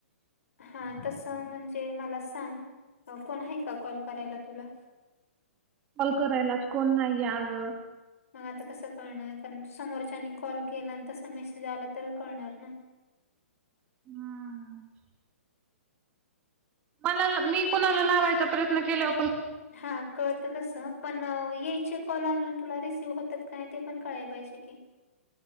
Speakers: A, on the left (about 80°); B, on the right (about 15°).
A: हा, तस म्हणजे मला सांग, कोण आहे का कॉल करायला तुला?
B: कॉल करायलाच कोण नाही आग.
A: आता कसं कळणार कारण, समोरच्यानी कॉल केला आणि तसा मेसेज आला तर कळणार ना.
B: हा. मला मी कुणाला लावायचा प्रयत्न केल्याव
A: हा कळत तस. पण, यायचे कॉल अजून तुला रिसीव्ह होतात का नाही, ते पण कळाय पाहिजे की.